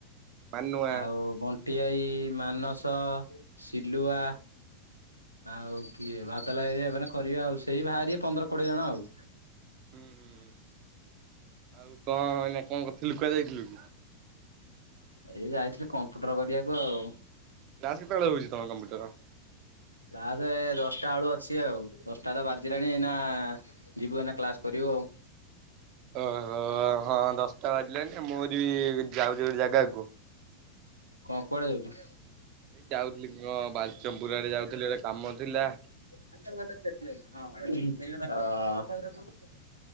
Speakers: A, on the right (about 40°); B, on the left (about 80°).
A: ମାନୁଆ
B: ଆଉ ବଣ୍ଟିଭାଇ, ମାନସ। ସିଲୁଆ
A: ହୁଁ
B: ଆଉ କିଏ ବାଦଲ ଭାଈ ହେରିକା ହେବେ ନା କ କରିବା ଆଉ ସେଇ ବାହାରିବେ ପନ୍ଦର କୋଡିଏ ଜଣ ଆଉ।
A: ହୁଁ ହୁଁ, ଆଉ କଣ ଏଇନା କଣ କରୁଥିଲୁ କୁଆଡେ ଯାଇଥିଲୁକି?
B: ଏ ଯାଇଥିଲି କମ୍ପୁଟର କରିବାକୁ ଆଉ।
A: କ୍ଲାସ୍ କେତେଳେ ହଉଛି ତମ କମ୍ପ୍ୟୁଟର?
B: କ୍ଲାସ ଦଶଟା ବେଳୁଅଛି ଆଉ ଦଶଟା ତ ବାଜିଲାଣି ଏଇନା। ଯିବୁ ଏଇନା କ୍ଲାସ କରିବୁ ଆଉ।
A: ଓ ହୋ ହଁ ଦଶଟା ବାଜିଲାଣିି ମୋରି ଯାଉଛି ଗୋଟେ ଜାଗାକୁ।
B: କଣ କୁଆଡେ ଯାଉଛୁ।
A: ଯାଉଥିଲି ଅ ବାଲଚମ୍ପୁର ଆଡ଼େ ଯାଉଥିଲି ଗୋଟେ କାମ ଥିଲା।
B: ହଁ।